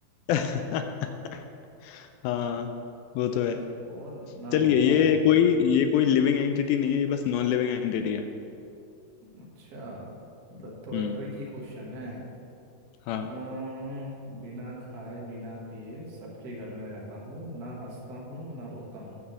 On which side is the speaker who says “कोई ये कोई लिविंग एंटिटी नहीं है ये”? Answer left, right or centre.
Left